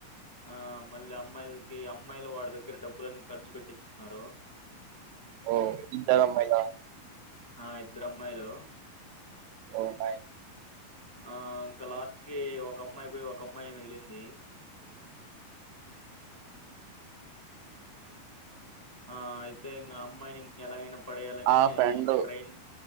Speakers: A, on the left; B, on the right.
A: ఆ మళ్ళీ అమ్మాయిలకి అమ్మాయిలు వాడి దగ్గర డబ్బులన్ని ఖర్చు పెట్టించుకున్నారు.
B: ఓ ఇద్దరమ్మాయిలా
A: ఆ ఇద్దరమ్మాయిలు
B: ఓ నైస్
A: ఆ ఇంక లాస్ట్ కి ఒక అమ్మాయి పోయి ఒక అమ్మాయి మిగిలింది. ఆ అయితే ఇంగ ఆ అమ్మాయిని ఇంక ఎలాగైనా పడేయాలని
B: ఆ ఫ్రెండ్
A: ట్రైన్